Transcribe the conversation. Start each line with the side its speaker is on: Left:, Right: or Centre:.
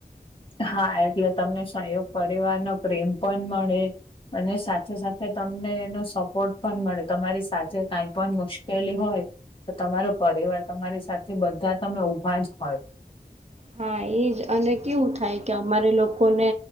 Left: હા એટલે તમને સહયોગ પરિવાર નો પ્રેમ પણ મળે. અને સાથે સાથે તમને એનો સપોર્ટ પણ મળે તમારી સાથે કઈ પણ મુશ્કેલી હોય. તો તમારો પરિવાર તમારી સાથે બધા તમે ઊભા જ હોય
Right: હા એજ અને કેવું થાય કે અમારે લોકોને